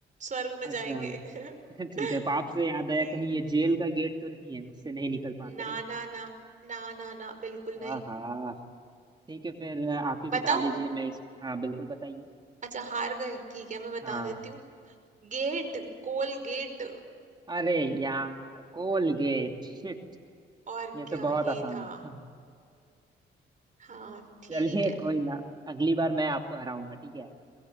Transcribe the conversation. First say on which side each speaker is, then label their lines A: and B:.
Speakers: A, on the right (about 40°); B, on the right (about 20°).
A: स्वर्ग में
B: अच्छा
A: जाएंगे <laughs>
B: <laughs> ठीक है पाप से याद आया
A: नहीं
B: कहीं ये जेल का गेट तो नहीं है उससे नहीं निकल पाते
A: ना
B: हैं
A: ना ना ना ना ना बिल्कुल
B: हाँ
A: नहीं
B: हाँ ठीक है फिर आप ही बता
A: बताऊं
B: दीजिए मैं इस हाँ बिल्कुल बताइए
A: अच्छा हार गए ठीक है मैं बता
B: हाँ
A: देती हूँ गेट कोलगेट
B: अरे यार कोलगेट शिट
A: और
B: ये तो
A: क्या
B: बहुत
A: ये
B: आसान
A: था
B: था
A: हाँ
B: <laughs>
A: ठीक
B: चलिए
A: है
B: कोई ना अगली बार मैं आपको हराऊंगा ठीक है